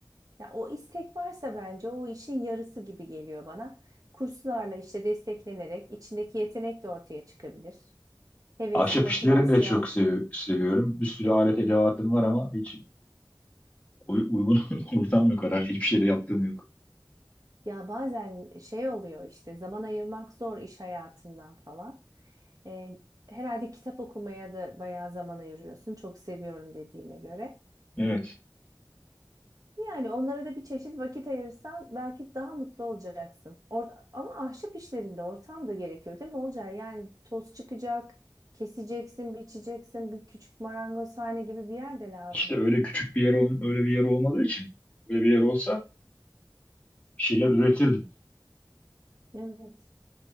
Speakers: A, on the right; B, on the left.
A: ya o istek varsa bence o işin yarısı gibi geliyor bana. Kurslarla işte desteklenerek içindeki yetenek de ortaya çıkabilir. Heves,
B: Ahşap
A: motivasyon.
B: işlerini de çok sevi- seviyorum. Bir sürü alet edevatım var ama hiç uy- uygun <laughs> ortam yok herhalde. Hiçbir şeyde yaptığım yok.
A: Ya bazen şey oluyor işte zaman ayırmak zor iş hayatından falan. Ee, herhalde kitap okumaya da bayağı zaman ayırıyorsun. Çok seviyorum dediğine göre.
B: Evet.
A: Yani onlara da bir çeşit vakit ayırırsan belki daha mutlu olacaksın. Or- ama ahşap işlerinde ortam da gerekiyor değil mi Olcay? Yani toz çıkacak, keseceksin, biçeceksin, bir küçük marangozhane gibi bir yer de lazım.
B: İşte öyle küçük bir yer ol- öyle bir yer olmadığı için öyle bir yer olsa bir şeyler üretirdim.
A: Evet.